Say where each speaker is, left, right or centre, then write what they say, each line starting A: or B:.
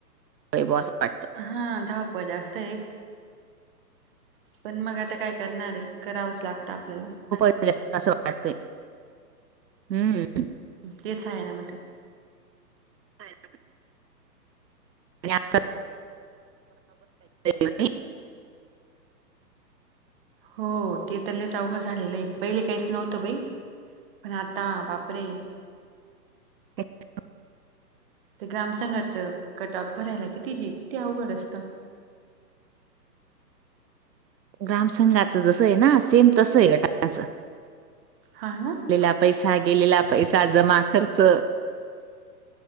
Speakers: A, on the right; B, on the right.
A: व्हय ब वाटतं.
B: हा धावपळ जास्त आहे. पण मग आता काय करणार आहे करावंच लागतं आपल्याला
A: वात हम्म
B: तेच आहे ना म ते
A: हो आणि आ <inaudible>
B: हो ते तर लइच अवघड झालेलं आहे पहिले काहीच नव्हतं बाई पण आता बा ब्रे <inaudible>
A: एक
B: ते ग्रामसंघाचं कटऑफ भरायला किती जी किती अवघड असतं.
A: ग्रामसंघाचं जस आहे ना सेम तस आहे गटाच
B: ह ना
A: गेलेला पैसा गेलेला पैसा जमा खर्च